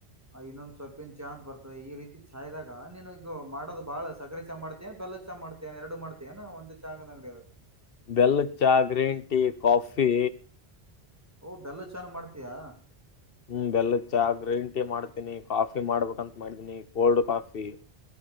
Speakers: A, on the right (about 15°); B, on the left (about 65°).
A: ಇನ್ನೊಂದ್ ಸೊಪ್ಪಿನ ಚಾ ಅಂತ ಬರ್ತದೆ ಈ ರೀತಿ ಚಾಯದಾಗ ನೀನು ಈಗ ಮಾಡೋದು ಬಾಳ ಸಕ್ರಿ ಚಾ ಮಾಡ್ತೇನೆ ಬೆಲ್ಲದ ಚಾ ಮಾಡ್ತೇ ಎರಡು ಮಾಡ್ತೇ ಒಂದ ಚಾದ ಅಂಗಡಿದಾಗ
B: ಬೆಲ್ಲ ಚಾ ಗ್ರೀನ್ ಟೀ ಕಾಫಿ
A: ಓ ಬೆಲ್ಲದ ಚಾ ಮಾಡ್ತೀಯಾ
B: ಹ್ಮ ಬೆಲ್ಲದ ಚ ಗ್ರೀನ್ ಟೀ ಮಾಡ್ತೀನಿ ಕಾಫಿ ಮಾಡ್ಬೇಕಂತ ಮಾಡಿದೀನಿ ಕೋಲ್ಡ್ ಕಾಫಿ